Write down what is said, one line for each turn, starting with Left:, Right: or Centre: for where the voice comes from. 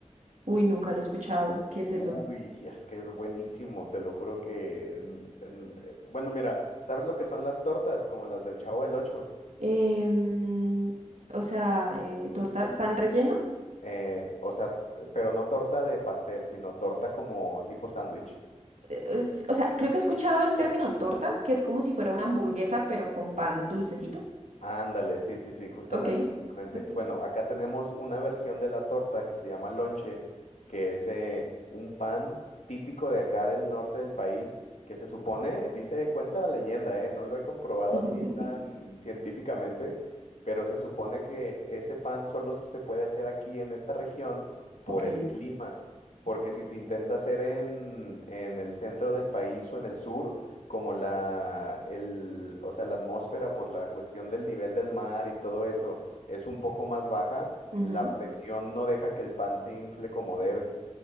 Right: Uy, nunca lo he escuchado. ¿Qué es eso?
Left: Uy, es que es buenísimo, te lo juro que... en- en- eh, bueno, mira, ¿sabes lo que son las tortas? Como las del Chavo del Ocho.
Right: Em, o sea, eh, torta, pan relleno.
Left: Eh, o sea, eh, pero no torta de pastel, sino torta como tipo sándwich.
Right: Eh, es- O sea, creo que he escuchado el término torta, que es como si fuera una hamburguesa, pero con pan dulcecito.
Left: Ándale, sí, sí, sí, justamente,
Right: Ok,
Left: justamente.
Right: ok.
Left: Bueno, acá tenemos una versión de la torta que se llama lonche, que es eh, un pan típico de acá del norte del país, que se supone, dice, cuenta la leyenda, eh, no lo he comprobado
Right: <laughs>
Left: así tan científicamente, pero se supone que ese pan solo se puede hacer aquí en esta región por
Right: Ok.
Left: el clima, porque si se intenta hacer en, en el centro del país o en el sur, como la, el, o sea, la atmósfera por la cuestión del nivel del mar y todo eso es un poco más baja,
Right: ujú.
Left: la presión no deja que el pan se infle como debe.